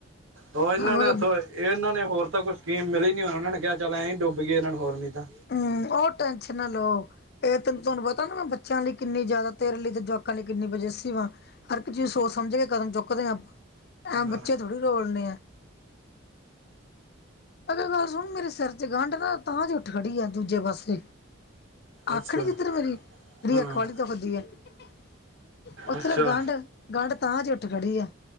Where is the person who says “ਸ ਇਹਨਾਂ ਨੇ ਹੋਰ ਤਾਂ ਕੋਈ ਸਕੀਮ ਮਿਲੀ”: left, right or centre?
Right